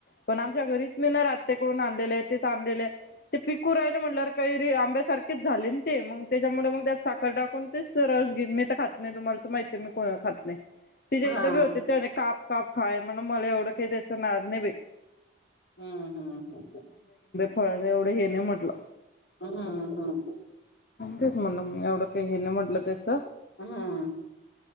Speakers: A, on the left; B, on the left.
A: पण आमच्या घरीच मी नाही राहततेकडून आणलेले तेच आणलेलं आहे ते पिकू राहिले म्हट काही र आंब्या सारेच झाले ते मग त्याच्यामुळे मग त्यात साखर टाकून तेच रस घ मी तर खात नाही तुम्हाला तर माहितीय मी को खातणे ति जे इथं
B: हा
A: बी होते ते काप काप खाय म्हण मला एवढं काही त्यायचं नाही नाही बा
B: हम्म हम्म हम्म
A: फळलं एवढं हे नाही म्हटलं
B: ह हा ह हा
A: च म्हणलं एवढं काही हे ना म्हटलं त्याच
B: हम्म